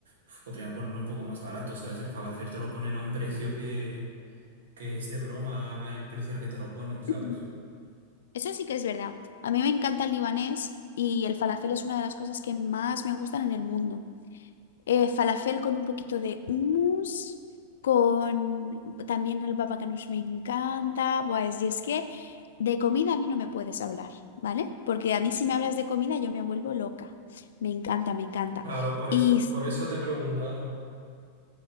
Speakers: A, on the right; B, on the left.
A: uf, podrían ponerlo un poco más barato, ¿sabes? El falafel te lo ponen a un precio que, que es de broma el precio al que te lo ponen,
B: <clears throat>
A: ¿sabes?
B: Eso sí que es verdad. A mí me encanta el libanés y el falafel es una de las cosas que más me gustan en el mundo. eh, falafel con un poquito de hummus, con también el baba ganoush me encanta. Buah, es- y es que de comida a mí no me puedes hablar, ¿vale? Porque a mí si me hablas de comida yo me vuelvo loca. Me encanta, me encanta.
A: Claro, por
B: Y,
A: eso, por eso te he preguntado.